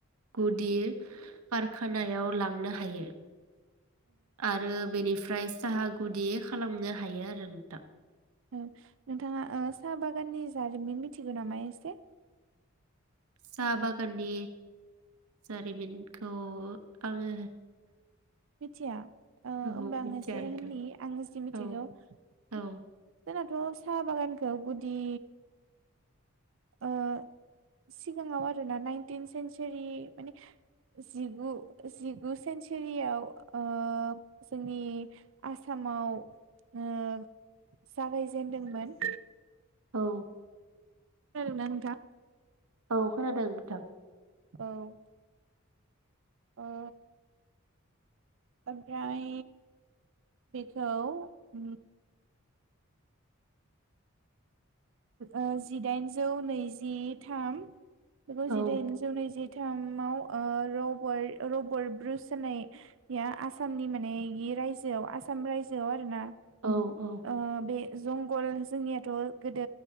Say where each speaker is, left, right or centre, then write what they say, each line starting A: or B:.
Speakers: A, on the right; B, on the right.
A: गुदि कारखानायाव लांनो हायो। आरो बेनिफ्रायस साहा गुदि खालामनो हायो आरो नोंथां।
B: उम नोंथाङा ओ साहा बागाननि जारिमिन मिथिगौ नामा एसे
A: साहा बागाननि जारिमिनखौ आङो
B: मिथिया ओ
A: औ
B: होमबा
A: मिथिया
B: आं एसे
A: नोंथां
B: होननि आं जि मिथिगौ।
A: औ औ
B: जोंनाथ' साहा बागानखौ गुदि ओ सिगाङाव आरोना नाइनटिन सेन्सुरि माने जिगु जिगु सेन्सुरियाव ओ जोंनि आसामाव उम जागायजेनदोंमोन।
A: औ
B: खोनादोंना नोंथां?
A: औ खोनादों नोंथां।
B: औ ओ ओमफ्राय बेखौ उम ओ जिदाइनजौ नैजि थाम बेगौ जिदाइनजौ
A: औ
B: नैजिब थामाव ओ रबोर रबोट ब्रुस होननाया आसामनि माने रायजोआव आसाम रायजोआव आरोना?
A: औ औ
B: ओ बे जंगल जोंनियाथ' गोदो